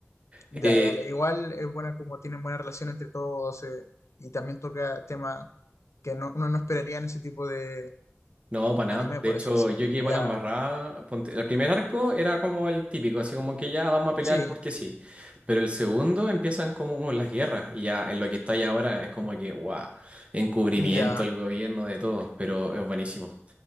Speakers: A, on the left; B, on the right.
A: ya,
B: Eh,
A: dale. Igual es buena como tienen buena relación entre todos eh, y también toca temas que no, uno no esperaría en ese tipo de
B: no, para nada.
A: anime,
B: De
A: por
B: hecho,
A: así decirlo.
B: yo llegué
A: Ya,
B: para la embarrada. ponte- el primer arco era como el típico, así como que ya vamos a pelear
A: sí,
B: porque sí. Pero el segundo empiezan como con las guerras y ya en lo que está ahí ahora es como que, wow, encubrimiento
A: ya,
B: al gobierno de todo, pero es buenísimo.